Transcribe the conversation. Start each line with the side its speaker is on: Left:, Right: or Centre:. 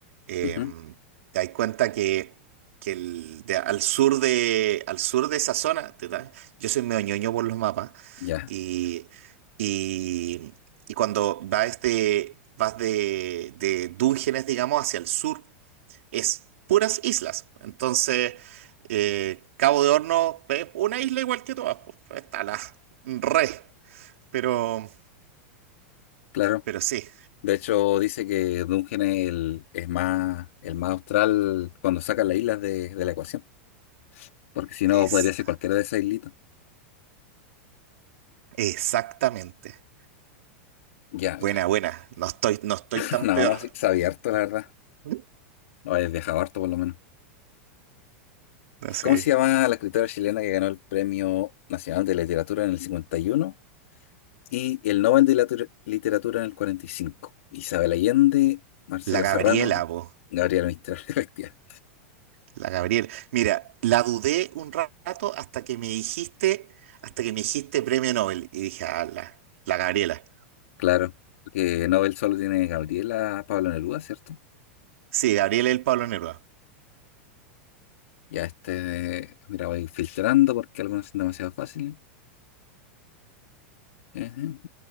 Right: em,
Left: Ujú,
Right: te dais cuenta que, que el, de- al sur de, al sur de esa zona, te da- yo soy medio ñoño por los mapas,
Left: Ya,
Right: y, y, y cuando vas de, vas de, de Dungeones, digamos, hacia el sur, es puras islas. Entonces, eh, Cabo de Horno es una isla igual que todas, pues, está la re, pero...
Left: claro.
Right: Pero sí,
Left: De hecho, dice que Dungeon es, el, es más, el más austral cuando saca las islas de, de la ecuación, porque si
Right: Es
Left: no podría ser cualquiera de esas islitas.
Right: exactamente.
Left: Ya, mira.
Right: Buena, buena. No estoy, no estoy
Left: <laughs>
Right: tan
Left: No,
Right: peor.
Left: sí, sabía harto, la verdad.
Right: <laughs>
Left: O he viajado harto, por lo menos.
Right: No
Left: ¿Y ¿Cómo
Right: sé.
Left: se llama la escritora chilena que ganó el Premio Nacional de Literatura en el 51 y uno y el Nobel de Latu- Literatura en el 45? Isabel Allende, Marcela
Right: La Gabriela,
Left: Serrano,
Right: vos.
Left: Gabriela Mistral, <laughs> efectivamente.
Right: La Gabriela. Mira, la dudé un rato hasta que me dijiste, hasta que me dijiste premio Nobel. Y dije, ah, la, la Gabriela.
Left: Claro, porque Nobel solo tiene Gabriela Pablo Neruda, ¿cierto?
Right: Sí, Gabriela y el Pablo Neruda.
Left: Ya este, mira, voy filtrando porque algunos son demasiado fáciles. Ajá.